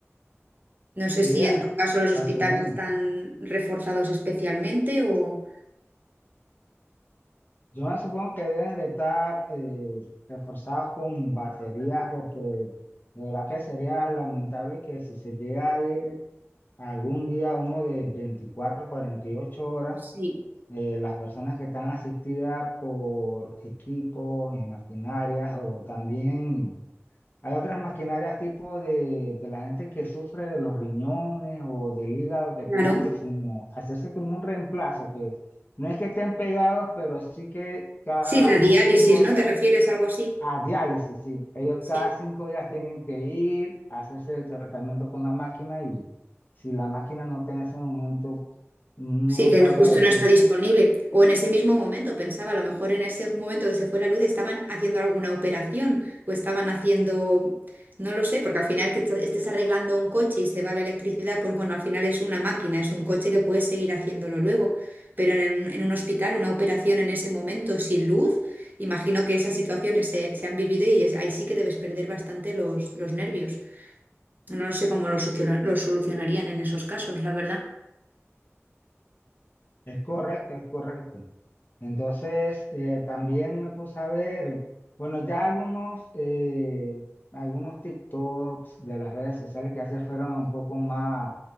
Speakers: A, on the right; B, on the left.
A: No
B: Sí,
A: sé si
B: a-
A: en tu caso los hospitales
B: asumimos.
A: están reforzados especialmente o...
B: Yo me supongo que deben de estar eh, reforzados con baterías porque de verdad que sería lamentable que si se llega Algún día, uno de 24 a ocho horas,
A: Sí,
B: eh, las personas que están asistidas por equipos y maquinarias, o también hay otras maquinarias tipo de, de la gente que sufre de los riñones o del hígado, que
A: claro.
B: tienen que como hacerse como un reemplazo, que no es que estén pegados, pero sí que cada
A: Sí, la diálisis,
B: cinco
A: ¿no?
B: días
A: ¿Te refieres a algo así?
B: a diálisis, sí. Ellos
A: Sí.
B: cada cinco días tienen que ir, hacerse el tratamiento con la máquina y si la máquina no está en ese momento, no
A: Sí, que
B: sabría
A: no- justo
B: decir,
A: no está disponible. O en ese mismo momento, pensaba, a lo mejor en ese momento que se fue la luz estaban haciendo alguna operación o estaban haciendo, no lo sé, porque al final que est- estés arreglando un coche y se va la electricidad, pues bueno, al final es una máquina, es un coche que puedes seguir haciéndolo luego. Pero en, el- en un hospital, una operación en ese momento sin luz, imagino que esas situaciones se, se han vivido y es- ahí sí que debes perder bastante los, los nervios. No lo sé cómo lo, soluciona- lo solucionarían en esos casos, la verdad.
B: es correcto, es correcto. Entonces, eh, también me puse a ver, bueno, ya algunos, eh, algunos TikToks de las redes sociales que hace fueron un poco más